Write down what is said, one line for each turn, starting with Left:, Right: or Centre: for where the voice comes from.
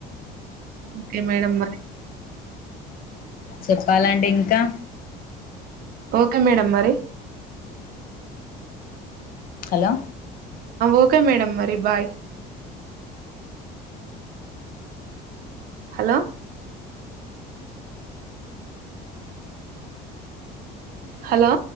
Right: ఓకే మేడం మరి
Left: చెప్పాలండి ఇంకా
Right: ఓకే మేడమ్ మరి
Left: హలో
Right: ఓకే మేడమ్ మరి బాయ్ హలో హలో